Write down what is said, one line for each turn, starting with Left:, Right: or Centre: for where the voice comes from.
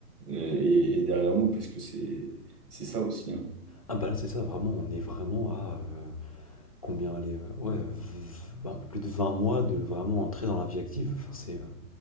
Right: euh, est, est derrière nous, parce que c'est, c'est ça aussi. hein.
Left: Ah bah là, c'est ça, vraiment, on est vraiment à. euh, Combien aller Ouais, v- v- un peu plus de 20 mois de vraiment entrer dans la vie active. Enfin, c'est. euh,